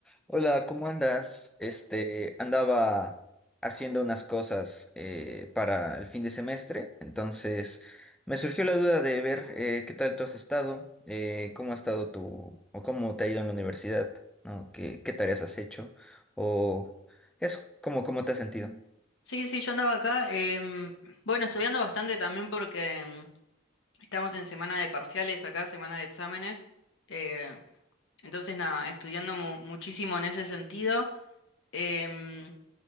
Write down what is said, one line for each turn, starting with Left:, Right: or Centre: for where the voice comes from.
Centre: Hola, ¿cómo andas? Este, andaba haciendo unas cosas eh, para el fin de semestre, entonces me surgió la duda de ver eh, qué tal tú has estado, eh, cómo ha estado tu, o cómo te ha ido en la universidad, ¿no? ¿Qué, qué tareas has hecho? O eso, ¿cómo, cómo te has sentido?
Left: Sí, sí, yo andaba acá. em, bueno, estudiando bastante también porque em, estamos en semana de parciales acá, semana de exámenes. eh, entonces, nada, estudiando mu- muchísimo en ese sentido. em,